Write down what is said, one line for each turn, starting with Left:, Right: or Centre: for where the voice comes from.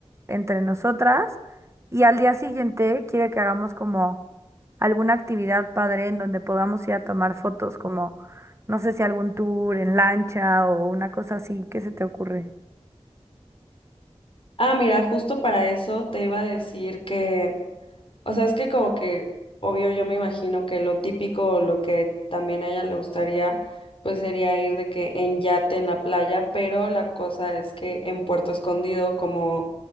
Right: entre nosotras. Y al día siguiente quiere que hagamos como alguna actividad padre en donde podamos ir a tomar fotos, como no sé si algún tour en lancha o una cosa así. ¿Qué se te ocurre?
Left: Ah, mira, justo para eso te iba a decir que O sea, es que como que, obvio, yo me imagino que lo típico, o lo que también a ella le gustaría, pues sería ir de que en yate en la playa, pero la cosa es que en Puerto Escondido, como,